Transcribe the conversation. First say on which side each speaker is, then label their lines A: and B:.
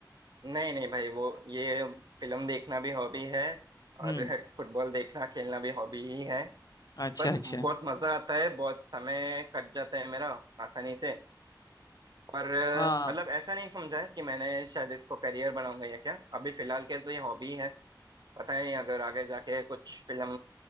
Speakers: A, on the right; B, on the left.
A: नहीं नहीं भाई वो ये फिल्म देखना भी हॉबी है और
B: हम्म
A: <laughs> फुटबॉल देखना खेलना भी हॉबी ही है
B: अच्छा
A: पर
B: अच्छा
A: बहुत मजा आता है बहुत समय कट जाता है मेरा आसानी से पर अ,
B: हाँ
A: मतलब ऐसा नहीं समझा है कि मैंने शायद इसको करियर बनाऊंगा या क्या अभी फिलहाल के तो ये हॉबी है पता नहीं अगर आगे जाके कुछ फिल्म